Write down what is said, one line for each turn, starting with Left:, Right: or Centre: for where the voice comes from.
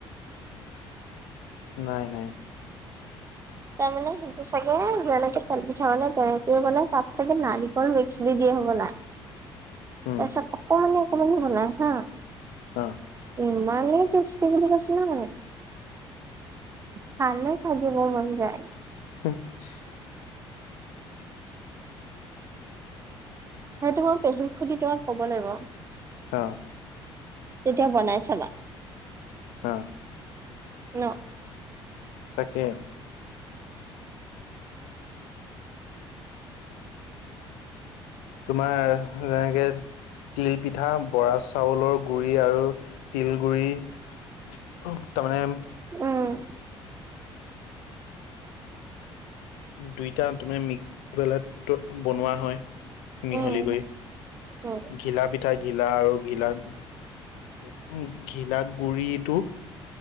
Left: নাই', নাই'
Right: তাৰ মানে সেইটো চাগে যেনেকে তেল পিঠা বানে তেনেকে বানই তাত চাগে নাৰিকল মিক্স দি দিয়ে। হ'বলা,
Left: উম
Right: তাৰপিছত অকমানি অকমানি বনাই হা।
Left: অ'
Right: ইমানেই টেষ্টি বুলি কৈছো নহয় খানে খাজিব মন যায়
Left: <inaudible>
Right: সেইটো মই পেহীক সুধি তোমাক ক'ব লাগিব
Left: অ'
Right: তেতিয়া বনাই চাবা
Left: অ'
Right: ন
Left: তাকে তোমাৰ যেনেকে তিল পিঠা বৰা চাউলৰ গুৰি আৰু তিল গুৰি অ' তাৰমানে
Right: উম'
Left: দুইটা তাৰে মিক্সবেল বনোৱা হয়। মিহলি
Right: উম
Left: কৰি,
Right: উম
Left: ঘিলা পিঠা ঘিলা আৰু ঘিলা-ঘিলাক গুৰিটো